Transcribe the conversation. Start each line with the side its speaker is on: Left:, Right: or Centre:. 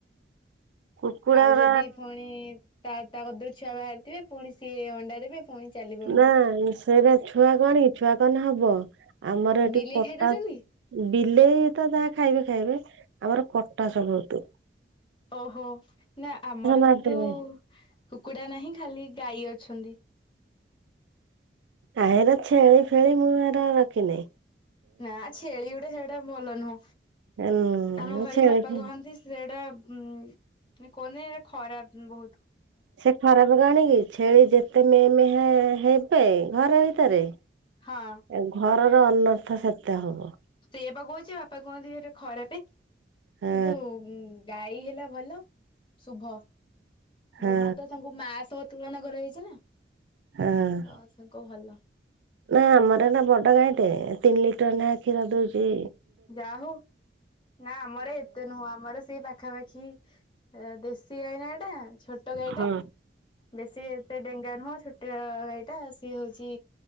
Right: କୁକୁଡାର
Left: ଆଉ ଯଦି ଫୁଣି ତା ତା କତୁରୁ ଛୁଆ ବାହାରିଥିବେ ପୁଣି ସିଏ ଅଣ୍ଡା ଦେବେ। ପୁଣି ଚାଲିବ ଏମିତି
Right: ନା ସେରା ଛୁଆ କଣକି ଛୁଆ କନେ ହବ। ଆମର ଏଠି
Left: ବିଲେଇ
Right: କଟା
Left: ଖାଇଦଉଛନ୍ତି?
Right: ବିଲେଇ ତ ଯାହା ଖାଇବେ ଖାଇବେ ଆମର କଟାସ ବୋହୁତୁ।
Left: ଓହୋ ନା ଆମର
Right: ମାରିଦେବେ
Left: କିନ୍ତୁ କୁକୁଡ଼ା ନାହିଁ ଖାଲି ଗାଈ ଅଛନ୍ତି।
Right: ଆ ହେରା ଛେଳି ଫେଳି ମୁଁ ଏରା ରଖିନେଇ।
Left: ନା ଛେଳି ଗୋଟେ ହେଡା ଭଲ ନୁହଁ
Right: ହୁଁ
Left: ଆମ ଘରେ
Right: ଛେଳି
Left: ମୋ ବାପା କହନ୍ ନ୍ତି ସେଡା ଉଁ ନାଇ କୁହନ୍ତି ଏଡା ଖରାପ ବୋହୁତ।
Right: ସେ ଖରାପ କଣ କିି ଛେଳି ଯେତେ ମେ ମେ ହେ-ହେବେ ଘର ଭିତରେ
Left: ହଁ।
Right: ଆଉ ଘରର ଅନର୍ଥ ସେତେ ହବ।
Left: ସେୟାପା କୋହୁଚି ବାପା କୁହନ୍ତି ହେରା ଖରାପେ।
Right: ହଁ
Left: କିନ୍ତୁ ଗୁଁ-ଗାଈ ହେଲା ଭଲ ଶୁଭ।
Right: ହଁ
Left: ଗୋମାତା ତାଙ୍କୁ ମାଆ ସହ ତୁଳନା କରାଯାଇଚି ନା।
Right: ହଁ।
Left: ହଁ ସେଙ୍କୁ ଭଲ।
Right: ନା ଆମର ଏଟା ବଡ ଗାଈ ଟେ ତିନି ଲିଟର ନା କ୍ଷୀର ଦୋଉଚି
Left: ଯା ହୋଉ ନା ଆମର ଏତେ ନୁହଁ ଆମର ସେଇ ପାଖାପାଖି ଦେଶୀ ଗାଈ ନା ଏଟା ଛୋଟ ଗାଈ
Right: ହଁ
Left: ଟା ବେଶୀ ଏତେ ଡେ ସେଟା ନୁହଁ ସେଟା ଛୋଟଆ ଗାଈ ଟା ସିଏ ହୋଉଛି